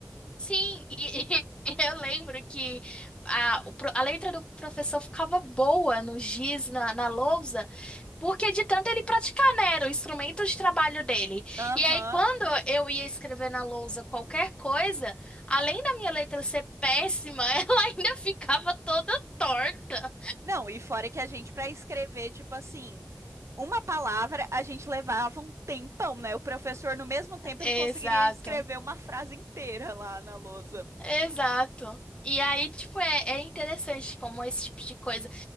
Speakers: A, on the left; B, on the right.
A: Sim, e, <laughs> e eu lembro que a, o pro- a letra do professor ficava boa no giz, na, na lousa, Porque de tanto ele praticar, né? Era o instrumento de trabalho dele.
B: Aham.
A: E aí, quando eu ia escrever na lousa qualquer coisa, além da minha letra ser péssima, <laughs> ela ainda ficava toda torta.
B: Não, e fora que a gente, pra escrever, tipo assim, uma palavra, a gente levava um tempão, né? O professor, no mesmo tempo,
A: Exato.
B: ele conseguiria escrever uma frase inteira lá na lousa.
A: Exato. E aí, tipo, é, é interessante como esse tipo de coisa.